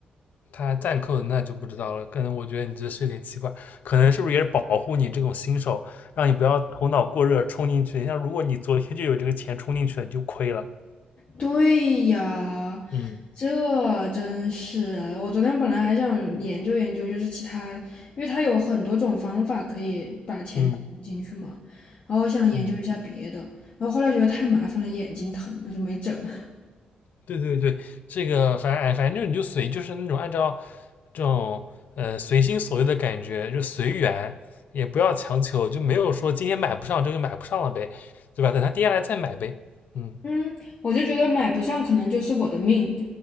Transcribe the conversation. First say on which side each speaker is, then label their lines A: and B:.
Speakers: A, on the left; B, on the left.
A: 他暂扣的那就不知道了，可能我觉得你这是有点奇怪，可能是不是也是保护你这种新手，让你不要头脑过热冲进去。像如果你昨天就有这个钱冲进去了，你就亏了。
B: 对呀，
A: 嗯
B: 这真是，我昨天本来还想研究研究，就是其他，因为它有很多种方法可以把钱存进去嘛，
A: 嗯
B: 然后我想研究一下别的，
A: 嗯，
B: 然后后来觉得太麻烦了，眼睛疼，我就没整。<laughs>
A: 对对对，这个反正哎，反正就你就随，就是那种按照这种呃随心所欲的感觉，就随缘，也不要强求，就没有说今天买不上这个就买不上了呗，对吧？等它跌下来再买呗。嗯。
B: 嗯，我就觉得买不上，可能就是我的命。